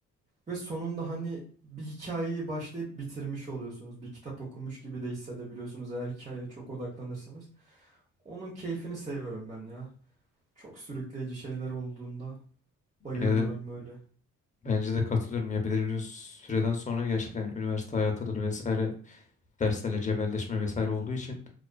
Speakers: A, on the right (about 25°); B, on the left (about 25°).
A: Ve sonunda hani bir hikayeyi başlayıp bitirmiş oluyorsunuz. Bir kitap okumuş gibi de hissedebiliyorsunuz eğer hikayeye çok odaklanırsanız. Onun keyfini seviyorum ben ya. Çok sürükleyici şeyler olduğunda bayılıyorum
B: Eee,
A: böyle.
B: bence de katılıyorum. Ya belirli bir süreden sonra gerçekten üniversite hayatıdır vesaire derslerle cebelleşme vesaire olduğu için